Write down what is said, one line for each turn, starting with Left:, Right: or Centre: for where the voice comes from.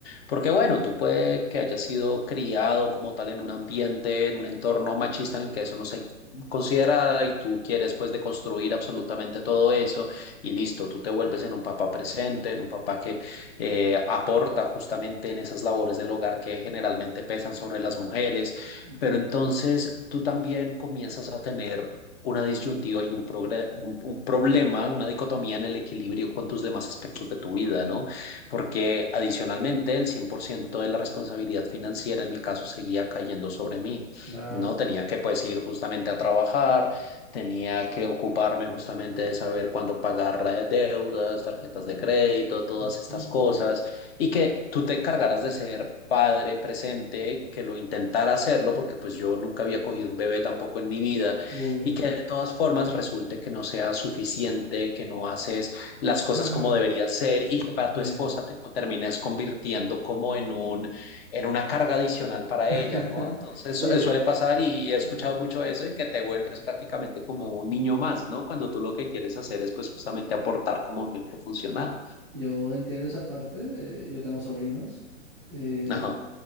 Left: Porque bueno, tú puede que hayas sido criado como tal en un ambiente, en un entorno machista en el que eso no se considera y tú quieres pues deconstruir absolutamente todo eso y listo, tú te vuelves en un papá presente, en un papá que eh, aporta justamente en esas labores del hogar que generalmente pesan sobre las mujeres.
Centre: Ujú,
Left: Pero entonces tú también comienzas a tener una disyuntiva y un, progre- un, un problema, una dicotomía en el equilibrio con tus demás aspectos de tu vida, ¿no? Porque adicionalmente el 100% de la responsabilidad financiera en mi caso seguía cayendo sobre mí,
Centre: Claro.
Left: ¿no? Tenía que pues ir justamente a trabajar, tenía que ocuparme justamente de saber cuándo pagar eh, deudas, tarjetas de crédito, todas
Centre: Ujú.
Left: estas cosas, y que tú te encargaras de ser padre presente, que lo intentara hacerlo, porque pues yo nunca había cogido un bebé tampoco en mi vida
Centre: Uy.
Left: y que de todas formas resulte que no sea suficiente, que no haces las cosas
Centre: Ah,
Left: como deberían ser y que para
Centre: Oye.
Left: tu esposa te co- termines convirtiendo como en un, en una carga adicional para ella,
Centre: <laughs>
Left: ¿no? Entonces su-
Centre: Oye,
Left: suele pasar y he escuchado
Centre: no.
Left: mucho eso en que te vuelves prácticamente como un niño más, ¿no? Cuando tú lo que quieres hacer es pues justamente aportar como un miembro funcional.
Centre: Yo entiendo esa parte. eh, yo tengo sobrinos. eh,
Left: Ajá.